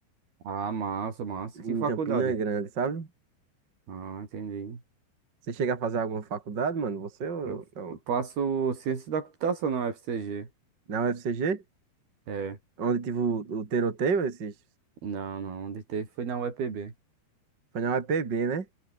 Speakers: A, on the right; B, on the right.
A: Ah, massa, massa.
B: em
A: Que faculdade?
B: Campina Grande, sabe?
A: Ah, entendi.
B: Você chega a fazer alguma faculdade, mano? Você ou
A: Eu
B: não?
A: eu faço ciência da computação na UFCG.
B: Na UFCG?
A: É,
B: Onde tive o, o tiroteio esses?
A: não, não. Onde teve foi na UEPB.
B: Foi na UEPB, né?